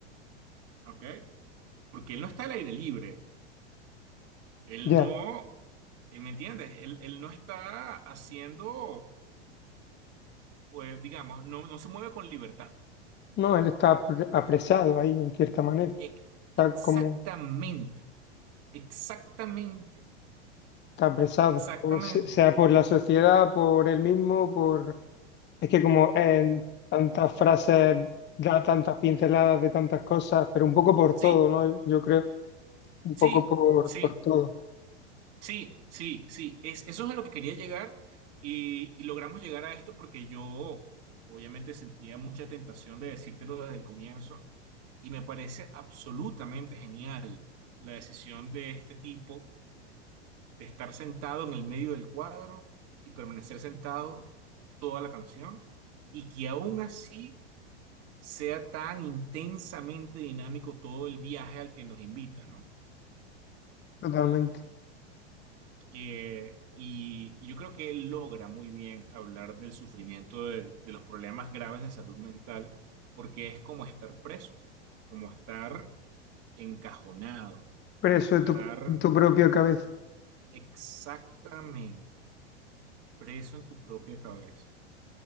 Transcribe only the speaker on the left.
Ya,
no, él está apre- apresado ahí en cierta manera.
Está
como,
está apresado,
por, se- sea por la sociedad, por él mismo, por... Es que como en tantas frases da tantas pinceladas de tantas cosas, pero un poco por
todo, ¿no? Yo creo, un
poco por,
por todo,
totalmente.
Preso
de tu, en tu propia cabeza,